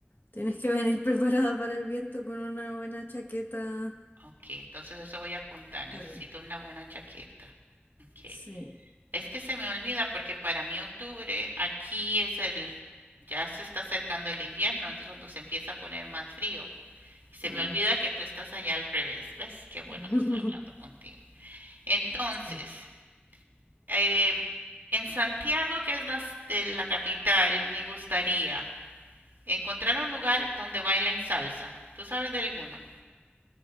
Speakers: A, on the left (about 55°); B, on the right (about 55°).
A: Tienes que venir <laughs> preparada para el viento con una buena chaqueta.
B: Ok, entonces eso voy a apuntar. Necesito
A: Está bien.
B: una buena chaqueta. Ok.
A: Sí,
B: Es que se me olvida porque para mí octubre aquí es el, ya se está acercando el invierno, entonces cuando se empieza a poner más frío. Y se
A: claro.
B: me olvida que tú estás allá al revés. ¿Ves? Qué bueno
A: <laughs>
B: que estoy hablando contigo. Entonces,
A: Sí.
B: eh, en Santiago, que es la, c- de la capital, me gustaría encontrar un lugar donde bailen salsa. ¿Tú sabes de alguno?